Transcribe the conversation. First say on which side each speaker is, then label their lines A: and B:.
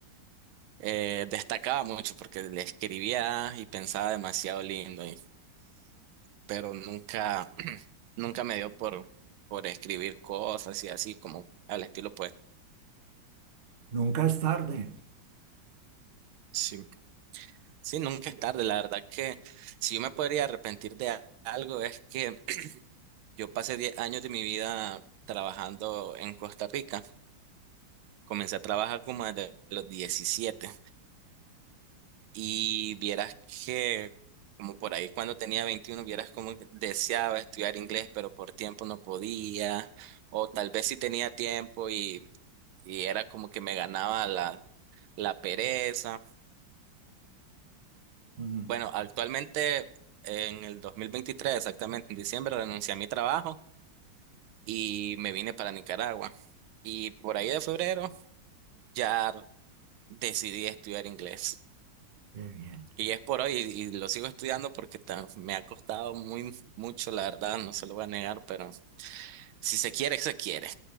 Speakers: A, on the right; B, on the right.
A: eh, destacaba mucho porque le escribía y pensaba demasiado lindo, y, pero nunca, <clears throat> nunca me dio por, por escribir cosas y así como al estilo poeta.
B: Nunca es tarde.
A: Sí, sí, nunca es tarde. La verdad que si yo me podría arrepentir de a- algo es que <clears throat> yo pasé 10 años de mi vida trabajando en Costa Rica. Comencé a trabajar como desde los diecisiete Y vieras que, como por ahí cuando tenía 21, vieras como que deseaba estudiar inglés, pero por tiempo no podía, o tal vez sí tenía tiempo y, y era como que me ganaba la, la pereza.
B: Mm,
A: Bueno, actualmente en el 2023, exactamente en diciembre, renuncié a mi trabajo y me vine para Nicaragua. Y por ahí de febrero ya decidí estudiar inglés.
B: qué bien.
A: Y es por hoy y, y lo sigo estudiando porque ta- me ha costado muy mucho, la verdad, no se lo voy a negar, pero si se quiere, se quiere.